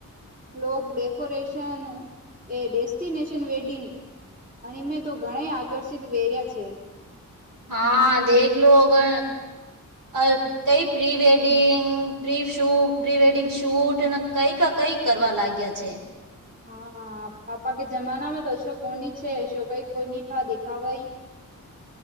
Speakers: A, on the right; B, on the right.
A: લોગ ડેકોરેશન એ ડેસ્ટિનેશન વેડિંગ અન મેં તો ઘણેય આકર્ષિત વેર્યા છે.
B: હા દેખ લો અગર અ કઈ પ્રી વેડિંગ પ્રી શૂ પ્રી વેડિંગ શૂટ અને કઈ ક કઈક કરવા લાગ્યા છે.
A: હા પાપા કે જમાનામાં તો અશોક કોની છે અશોકઈ કોની થ દેખાવાઈ
B: <inaudible>